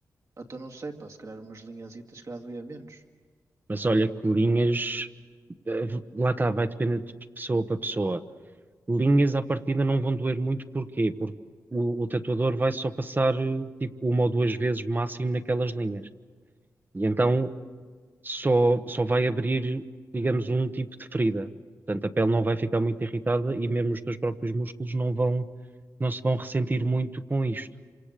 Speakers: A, on the right; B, on the right.
A: Então não sei, pá, se calhar umas linhazitas, se calhar doía menos.
B: Mas olha que linhas, eh, lá está, vai depender de pessoa para pessoa. linhas à partida não vão doer muito, porquê? Porque o, o tatuador vai só passar eh, tipo uma ou duas vezes máximo naquelas linhas. E então só, só vai abrir, digamos, um tipo de ferida. Portanto, a pele não vai ficar muito irritada e mesmo os teus próprios músculos não vão, não se vão ressentir muito com isto.